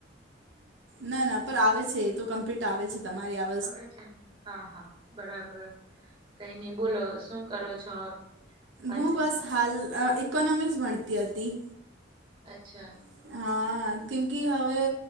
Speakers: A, on the right; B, on the right.
A: ના-ના પર આવે છે એ તો કમ્પ્લીટ આવે છે તમારી આવ
B: આવે છે ને હા-હા બરાબર. કઈ નઈ બોલો હવે શું કરો છો? આજે
A: હું બસ હાલ અ ઇકોનોમિક્સ ભણતી હતી.
B: અચ્છા.
A: હા. હા કેમ કે હવે